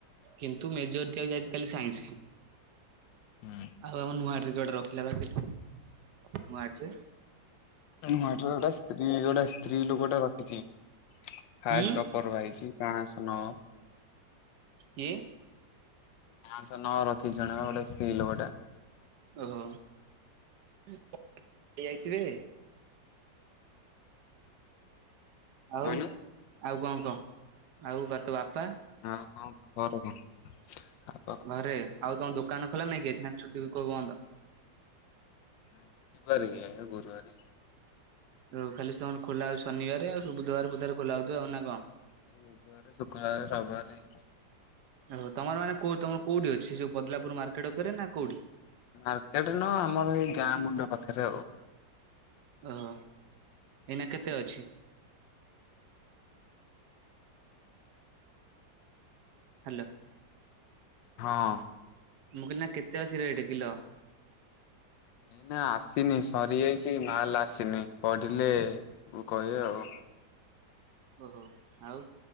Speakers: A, on the right (about 65°); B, on the left (about 80°).
A: କିନ୍ତୁ ମେଜର ଦିଆଯାଇଛି ଖାଲି ସାଇନ୍ସ୍।
B: ହୁଁ
A: ଆଉ ଆମ ନୂଆ ଡିଗର ଟା ରଖିଲା ବା, ନୂଆଡିରେ
B: ନ ଗୋଟା ସ୍ତ୍ରୀ ଗୋଟେ ସ୍ତ୍ରୀ ଲୋକଟା ରଖିଛି ଫାଷ୍ଟ
A: ହୁଁ
B: ଅ ପର୍ ବା ହେଇଛି କାଣାସ ନ
A: କିଏ?
B: ପାଅଂଶ ନ ରଖିଛି ଜଣେ ବା ଗୋଟେ ସ୍ତ୍ରୀ ଲୋକଟା।
A: ଓହୋ। ଏ ଆଇ ଟି ରେ। ଆଉ,
B: କହିଲୁ
A: ଆଉ କଣ କହ? ଆଉ ବା ତୋ ବାପା?
B: ଆଉ କଣ ଖବର କହ?
A: ଘରେ, ଆଉ ତମ ଦୋକାନ ଖୋଲା ନାଇଁ କି ଆଜି? ନା ଛୁଟି ଲାଗି ବନ୍ଦ?
B: ଆଜିି କି ବରେ କି? ଗୁରୁବାରେ।
A: ଦ ଖାଲି ତମର ଖୋଲା ହୋଉଛି ଶନିବାରେ। ଆଉ ସବୁ ବୁଧବାର ବୁଦ୍ଧୁ ବରେ ଖୋଲା ହୋଉଥିବ ଆଉ ନା କଣ?
B: ବୁଧବାରେ, ଶୁକ୍ରବାରେ, ରବିବରେ
A: ଓହୋ। ତମର ମାନେ କୋଉ ତମର କୋଉଠି ଅଛି ସେ ପଦଲାପୁର ମାର୍କେଟ ଉପରେ ନା କୋଉଠି?
B: ମାର୍କେଟେ ନୁହଁ ଆମର ଏଇ ଗାଁ ମୁଣ୍ଡ ପାଖରେ ଆଉ।
A: ଓହୋ। ଏଇନା କେତେ ଅଛି? ହାଲୋ।
B: ହଁ।
A: ମୁଁ କହିଲି ନା କେତେ ଅଛି ରେଟ୍ କିଲୋ?
B: ନା ଆସିନି ସରିଯାଇଛି ମାଲ୍ ଆସିନି, ପଢିଲେ ମୁ କହିବି ଆଉ।
A: ଓହୋ। ଆଉ